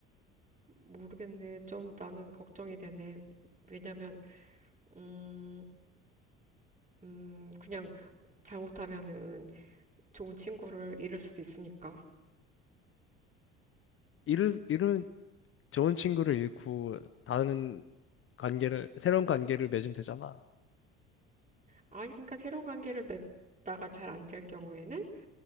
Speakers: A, on the right (about 20°); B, on the left (about 35°).
A: 모르겠네. 좀 나는 걱정이 되네. 왜냐면, 음, 음, 그냥 잘못하면은 좋은 친구를 잃을 수도 있으니까.
B: 이런, 이런 좋은 친구를 잃고 다른 관계를, 새로운 관계를 맺으면 되잖아.
A: 아니, 그러니까 새로운 관계를 맺다가 잘 안 될 경우에는